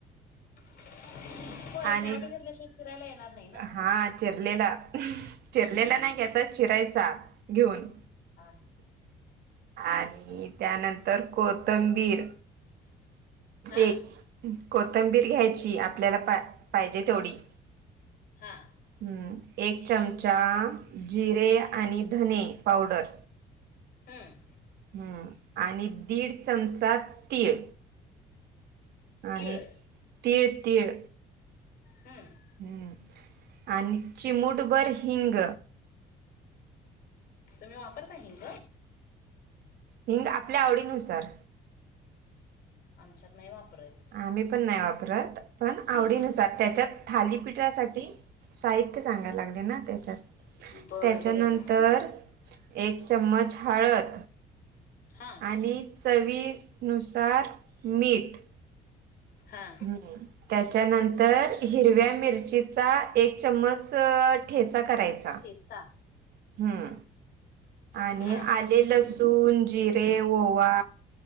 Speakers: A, on the left; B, on the right.
A: <unintelligible> होय
B: आणि
A: टोमॅटो घेतल्याशिवाय चिरायला येणार नाही ना
B: हा चिरलेला, चिरलेला नाही घ्यायचा, चिरायचा घेऊन.
A: <inaudible> हा.
B: आणि त्यानंतर कोथंबीर.
A: हा
B: एक कोथंबीर घ्यायची आपल्याला पा पाहिजे तेवढी.
A: हां.
B: हम, एक चमचा जिरे आणि धने पावडर.
A: हम.
B: हम्म आणि दीड चमचा तीळ.
A: तीळ
B: आणि तीळ तीळ.
A: हम्.
B: हम्म आणि चिमूटभर हिंग.
A: तुम्ही वापरता हिंग.
B: हिंग आपल्या आवडीनुसार.
A: आमच्यात नाही वापरत.
B: आम्ही पण नाही वापरत पण आवडीनुसार त्याच्यात थाली पिठासाठी साहित्य सांगायला लागले ना त्याच्यात
A: बर
B: त्याच्यानंतर
A: बर बर
B: एक चम्मच हळद.
A: हा
B: आणि चवीनुसार मीठ.
A: हा.
B: हम्म त्याच्यानंतर हिरव्या मिरचीचा एक चम्मच ठेचा करायचा.
A: ठेचा
B: हम्म आणि
A: हा
B: आले लसूण, जिरे, ओवा